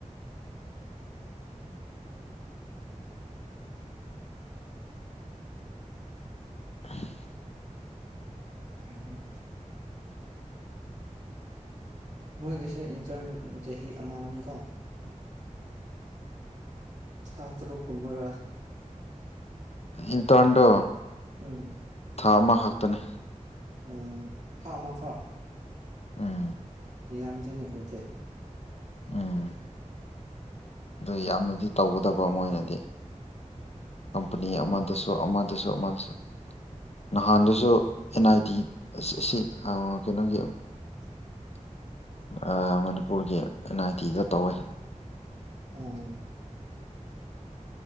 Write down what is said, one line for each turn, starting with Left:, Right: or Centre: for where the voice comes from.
Left: <inaudible>
Right: ꯍꯥꯏꯅ ꯅꯣꯏꯒꯤꯁꯦ ꯏꯟꯆꯥꯡ ꯆꯍꯤ ꯑꯃꯅꯤ ꯀꯣ ꯊꯥ ꯇꯔꯨꯛ ꯀꯨꯝꯃꯔ
Left: ꯏꯟ ꯇꯔꯟꯑꯗꯣ
Right: ꯎꯝ
Left: ꯊꯥ ꯑꯃꯈꯛꯇꯅꯤ
Right: ꯎꯝ ꯊꯥꯎ ꯃꯈꯥ
Left: ꯎꯝ
Right: ꯌꯥꯝꯗꯦꯅꯦ ꯑꯗꯨꯗꯤ
Left: ꯎꯝ ꯑꯗꯨ ꯌꯥꯝꯅꯗꯤ ꯇꯧꯒꯗꯕ ꯃꯣꯏꯅꯗꯤ ꯀꯝꯄꯅꯤ
Right: ꯎꯝ
Left: ꯑꯃꯟ ꯗꯁꯨ ꯑꯃꯗꯁꯨ ꯑꯃꯗꯁꯨ ꯅꯍꯥꯟꯗꯁꯨ ꯑꯦꯟ ꯑꯥꯏ ꯇꯤ ꯑꯁꯤ ꯁꯤ ꯑ ꯀꯩꯅꯣꯒꯤ
Right: <inaudible>
Left: ꯑ ꯃꯅꯤꯄꯨꯔꯒꯤ ꯑꯦꯟ ꯑꯥꯏ ꯇꯤꯗ ꯇꯧꯋꯦ
Right: ꯑꯣ